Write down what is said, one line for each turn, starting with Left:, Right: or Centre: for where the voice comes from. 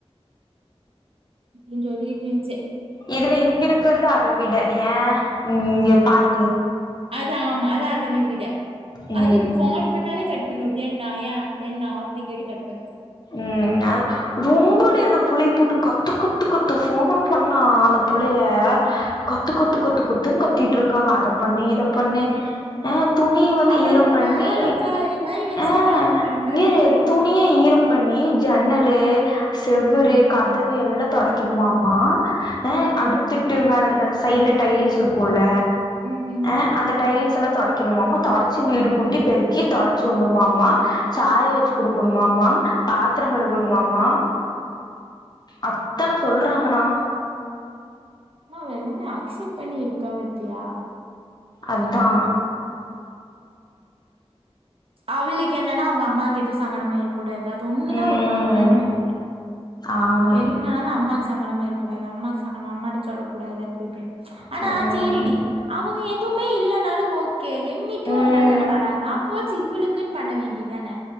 Right: அப்டின் சொல்லிட்ருந்துச்சு
Left: இதுல இங்கிருக்கறது அத விட ஏன் நீங்கப் பாட்டி
Right: அது ஆமா அதான் அதன விட
Left: ம்
Right: அது ஃபோன் பண்ணாலே கட் பண்ணிவுட் என்னா ஏன் என்னா அப்டின் கேட்டு கட் பண்ணுது
Left: உம் அவ் ரொம்பொடி அந்த புள்ளையப் போட்டு கத்தக் கத்து கத்து ஃபோன் பண்ணா அந்த புள்ளேய கத்து கத்து கத்து கத்துன்னு கத்திட்ருக்காங்க அத பண்ணு இத பண்ணு ஆஹ் துணி வந்து
Right: அவள
Left: ஈரம்
Right: ஒரு
Left: பண்ணி
Right: வேலக்காரி மாரி வச்சிருக்காங்கற
Left: ஆ
Right: மாரி
Left: இங்கேரு
Right: இருக்கு
Left: துணியே ஈரம் பண்ணி ஜன்னலு செவ்வுறு கதவு எல்லாத் தொடைக்கணுமமா ஆ
Right: ம்
Left: அடுத்திட்டு மேலருக் ஆ சைட்ல டைல்ஸ் இருக்குல்ல
Right: ம்
Left: அ அ அந்த டைல் சிலா தொடைக்கணுமாமா தொடச்சி வீடு கூட்டி பெருக்கி தொடச்சிவுணுமாமா சாய வச்சி குடுக்கணுமாமா பாத்தர கலுங்கோணுமாமா அத்தன சொல்றாங்கணா
Right: ஆனா அவ எல்லாமே அக்செப் பண்ணி இருக்கா பாத்தியா
Left: அதா
Right: அவளுக்கு என்னன்னா அவுங்க அம்மாக்கு எதுவு சங்கடமாயிரு கூடாது அது ஒண்ணுதா
Left: ம்
Right: அவ பாக்குறான் நெனக்கிறே
Left: ஆமாடி
Right: என்னால அம்மாக்கு சங்கடமாயிரக்கூடாது அம்மாவுக்கு சங்கடம் அம்மாட்ட சொல்லக் கூடாது அப் <unintelligible> ஆனா
Left: ம்
Right: சேரிடி அம் எதுவுமே இல்லனாலு ஓக் கே என்னைக்கே
Left: ம்
Right: ஒரு நாள் தான வராங்க அப்போ சி இவுளுக்கு குன் பண்ண வேண்டியதான